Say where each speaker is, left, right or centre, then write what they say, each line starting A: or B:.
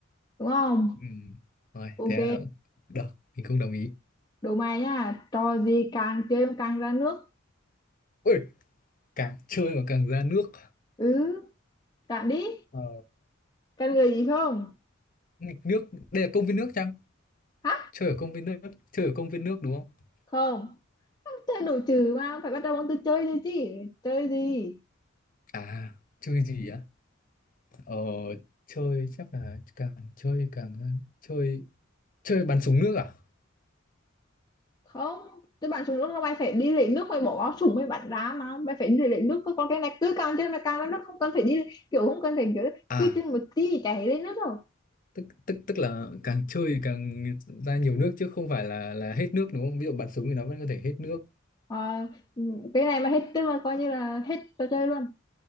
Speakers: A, on the left; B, on the left.
A: đúng không
B: Ừ, rồi,
A: ok
B: thế
A: Ok.
B: là, được, mình không đồng ý.
A: đố mày nha trò gì càng chơi mà càng ra nước
B: Ui, càng chơi mà càng ra nước.
A: ừ đoạn đi
B: Ờ,
A: cần gợi ý không
B: nghịch nước, đây là công viên nước chăng?
A: hả
B: Chơi ở công viên nước, chơi ở công viên nước đúng không?
A: không chơi đồ trừ mà phải bắt đầu bằng từ chơi thôi chứ chơi gì
B: À, chơi gì á? Ờ, chơi chắc là càng chơi càng ờ, chơi chơi bắn súng nước à?
A: không tức bạn xuống nước là mày phải đi lấy nước mày bỏ vào súng mày bắn ra mà mày phải đi lấy nước cơ. còn cái này cứ càng chơi mà càng ra nước không cần phải đi kiểu không cần phải kiểu
B: À,
A: cứ chơi một tí chảy lên nước rồi
B: tức tức tức là càng chơi càng ra nhiều nước chứ không phải là là hết nước đúng không? Ví dụ bắn súng thì nó vẫn có thể hết nước.
A: Ờ, cái này mà hết tức là coi như là hết trò chơi luôn